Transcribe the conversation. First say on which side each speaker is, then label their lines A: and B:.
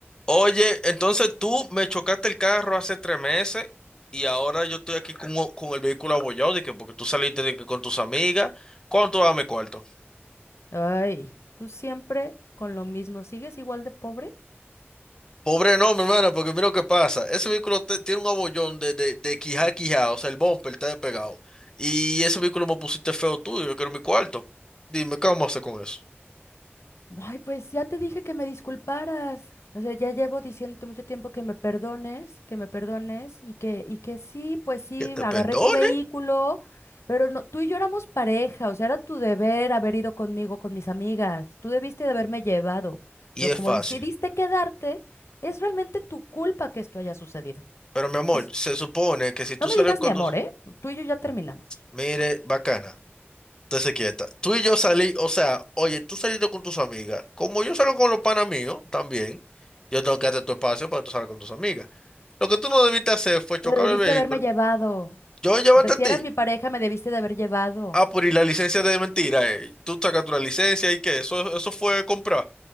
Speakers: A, on the left (about 15°); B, on the left (about 85°).
A: Oye, entonces tú me chocaste el carro hace tres meses y ahora yo estoy aquí con, o- con el vehículo abollado de que porque tú saliste de que con tus amigas. ¿Cuánto dame cuarto?
B: Ay, tú siempre con lo mismo, ¿sigues igual de pobre?
A: Pobre no, mi hermana, porque mira lo que pasa. Ese vehículo te- tiene un abollón de, de, de quijá a quijá, o sea, el bumper está pegado. Y ese vehículo me pusiste feo tuyo, yo quiero mi cuarto. Dime, ¿qué vamos a hacer con eso?
B: Ay, pues ya te dije que me disculparas. O sea, ya llevo diciéndote mucho tiempo que me perdones, que me perdones y que, y que sí, pues sí,
A: Que te
B: agarré
A: perdone
B: tu vehículo, pero no, tú y yo éramos pareja, o sea, era tu deber haber ido conmigo, con mis amigas. Tú debiste de haberme llevado,
A: y
B: pero
A: es
B: como
A: fácil.
B: decidiste quedarte, es realmente tu culpa que esto haya sucedido.
A: Pero mi amor,
B: Es,
A: se supone que si tú
B: no me
A: sales
B: digas
A: con
B: mi amor,
A: tus...
B: ¿eh? Tú y yo ya terminamos.
A: Mire, bacana. Entonces quieta. Tú y yo salí, o sea, oye, tú saliste con tus amigas. Como yo salgo con los panas míos también, yo tengo que darte tu espacio para que tú salgas con tus amigas. Lo que tú no debiste hacer fue chocar
B: Pero debiste
A: el vehículo.
B: haberme llevado.
A: Yo llevarte
B: O sea, si
A: a ti.
B: eras mi pareja, me debiste de haber llevado.
A: Ah, por y la licencia de mentira, eh. Tú sacas tu licencia y que eso, eso fue comprar.